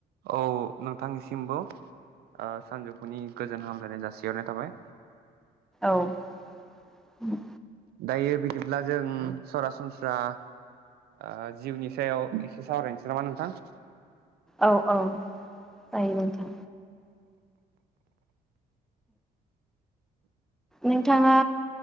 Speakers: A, on the right; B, in the centre.
A: औ नोंथांनिसिमबो ओ सानजौफुनि गोजोन हामलायनाय जासि हरनाय थाबाय।
B: औ उम
A: दायो बिदिब्ला जों सरासनस्रा ओ जिउनि सायाव एसे सावरायनोसै नामा नोंथां?
B: औ औ जायो नोंथां। नोंथाङा